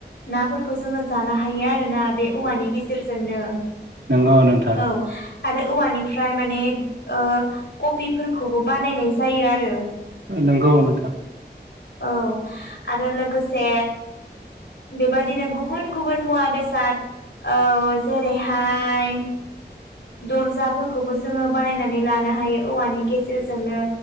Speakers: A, on the left; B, on the right.
A: नाफोरखौ जोङो जानो हायो आरोना बे औवानि गेजेरजोंनो
B: नंगौ नोंथां
A: औ आरो औवानिफ्राय माने ओ कबिफोरखौबो बानायनाय जायो आरो
B: नोंगौ नोंथां
A: औ आरो लोगोसे बेबायदिनो गुबुन गुबुन मुवा बेसाद औ जेरैहाय दरजाफोरखौबो जोङो बानायनानै लानो हायो औवानि गेजेरजोंनो